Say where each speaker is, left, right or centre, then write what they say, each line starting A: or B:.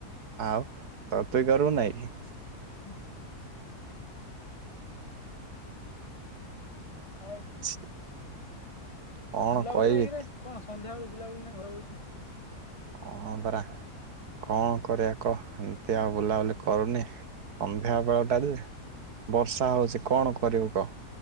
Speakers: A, on the right (about 80°); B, on the left (about 20°).
A: ଆଉ ତତୁ କର ନାଇଁ କି?
B: ହୁଁ ଆଉ
A: ଛି କଣ
B: ବୁଲାବୁଲି
A: କହିବି
B: ନାଇକିରେ
A: କି?
B: କଣ? ସନ୍ଧ୍ୟାବେଳୁ ବୁଲାୁ ନାହିଁ ଘର ବଇଚୁ।
A: ହଁ ବରା କଣ କରିବା କ ଏମିତି ଆଉ ବୁଲାବୁଲି କରୁନି ସନ୍ଧ୍ୟାବେଳଟା ଯେ ବର୍ଷା ହଉଛି କଣ କରିବୁ କହ।